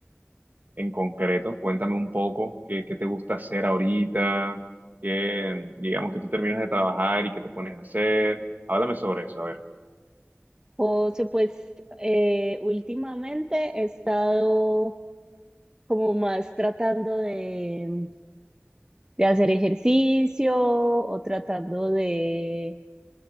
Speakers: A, on the right; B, on the right.
A: en concreto. Cuéntame un poco qué, qué te gusta hacer ahorita, qué, digamos que tú terminas de trabajar y qué te pones a hacer. Háblame sobre eso, a ver.
B: José, pues eh, últimamente he estado como más tratando de, de hacer ejercicio o tratando de,